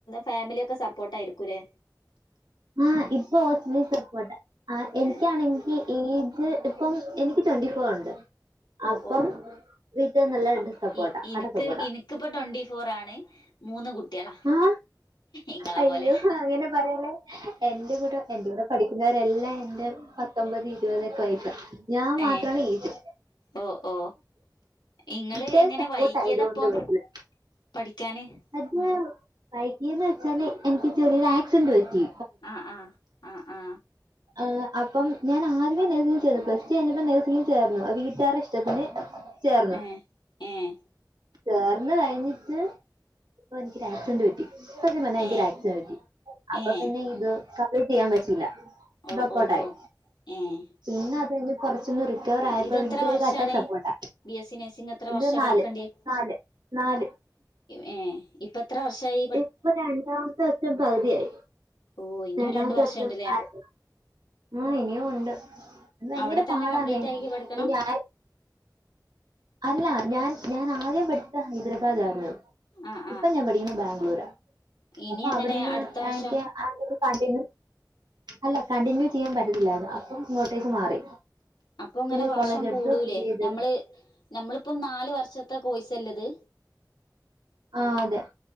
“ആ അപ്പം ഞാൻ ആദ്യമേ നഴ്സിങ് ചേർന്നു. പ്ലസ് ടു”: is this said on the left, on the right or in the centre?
Right